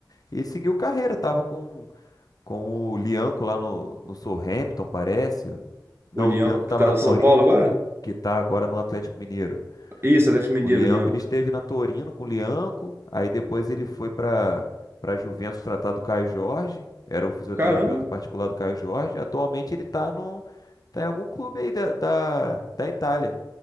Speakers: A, on the left (about 55°); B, on the right (about 35°).
A: e ele seguiu carreira, tava com com o Lianco lá no no Southampton, parece. Não,
B: O Lianco
A: o Lianco
B: que
A: tava
B: tá
A: na
B: no
A: Torino,
B: São Paulo agora?
A: que tá agora no Atlético Mineiro.
B: Isso, Atlético Mineiro,
A: O Lianco,
B: Lianco.
A: ele esteve na Torino com o Lianco, aí depois ele foi para para Juventus tratar do Caio Jorge, era o fisioterapeuta
B: Caramba.
A: particular do Caio Jorge. Atualmente ele tá no tá em algum clube aí da, da, da Itália,